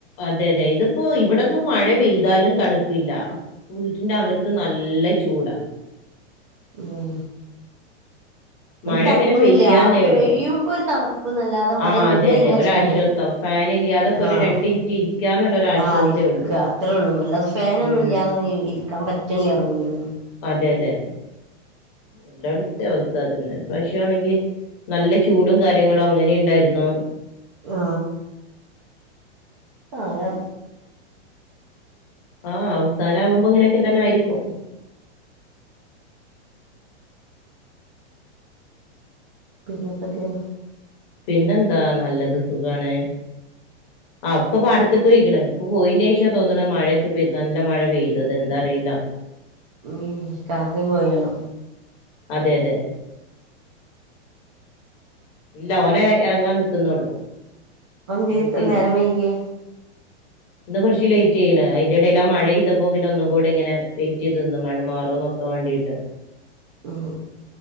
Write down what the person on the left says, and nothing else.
അതെ അതെ ഇതിപ്പോ ഇവിടന്നും മഴ പെയ്താലും തണുപ്പില്ല വീട്ടിന്റെ അകത്ത് നല്ല ചൂടാ
മഴ
ഇങ്ങനെ പെയ്യാന്നേ
ഉള്ളൂ
ആ അതെ അതെ ഒരാശ്വാസം
ഫാൻ ഇല്ലാതൊക്കെ ഒരു
രണ്ട് മിനിറ്റ് ഇരിക്കാന്നുള്ള ഒരു ആശ്വാസേ
ഉള്ളൂ
ഉം
അതെ അതെ എല്ലായിടത്തെ അവസ്ഥ തന്നെ പക്ഷെയാണെങ്കിൽ നല്ല ചൂടും കാര്യങ്ങളും അങ്ങനെ ഇണ്ടായിരുന്നോ
ആഹ അവസാനകുമ്പോ ഇങ്ങനെയൊക്കെ തന്നെ ആയിരിക്കും
പിന്നെന്താ നല്ലത് സുഖാണ് ആ ഉപ്പ പാടത്ത്ക്കോയിക്കണ് ഉപ്പ പോയിന്റെഷാ തോന്നണ് മഴയൊക്കെ പെര്ന്നാൾൻ്റ നല്ല മഴ പെയ്തത് എന്താ അറിയില്ല
അതെ അതെ ഇല്ല ഓനെ ഇറങ്ങാൻ നിക്കുന്നുള്ളൂ
പോയിട്ടില്ല
<inaudible> ഇന്ന് കുറച്ച് ലേറ്റേയ്ണ് അയിൻ്റെടെല് ആ മഴെയ്തപ്പോ പിന്നെ ഒന്നൂടിങ്ങനെ വെ്റ്റ് ചെയ്ത് നിന്ന് മഴ മാറോ നോ ക്കാ വേണ്ടീയിട്ട്